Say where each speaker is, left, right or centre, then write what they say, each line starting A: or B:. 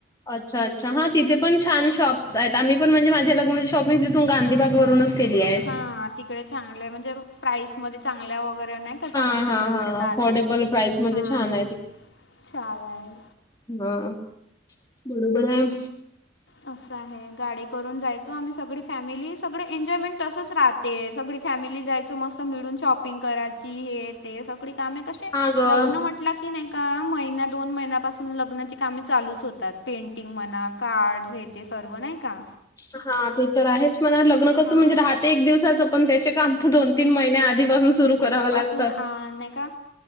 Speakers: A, on the left; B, on the left.
A: अच्छा अच्छा, हा तिथ पन छान शॉप्स आहेत, आम्ही पण म्हणजे माझे लग्नाचे शॉपिंग तिथून गांधी भाग वरूनच केलीये.
B: हा तिकडे चांगलं आहे म्हण प्राईसमध्ये चांगल्या वगैरे नाही का चांगले
A: हा हा
B: कपडे मिळतात
A: हा अफोर्डेबल प्राईस मध्ये
B: हा.
A: छान
B: चालेल.
A: ह -बरोबरय.
B: असं आहे, गाडी करून जायचो आम्ही सगळी फॅमिली सगळे एन्जॉयमेंट तसंच राहत. ते सगळी फॅमिली जायच मस्त मिळून शॉपिंग करायची हे ते सगळी. त आम्ही कसे
A: हा ग
B: लग्न म्हंटलं की की नाही का महिना दोन महिन्यापासून लग्नाची कामे चालूच होतात पेंटिंग म्हणा, कार्ड हे, ते सर्व नाही का?
A: हा, ते तर आहेच. मला लग्न कसं
B: हां
A: म्हणजे राहते एक दिवसाचं पण त्याचे काम त दोन तीन महिन्या आधीपासून सुरु करावं लागत.
B: पण आ नाही का,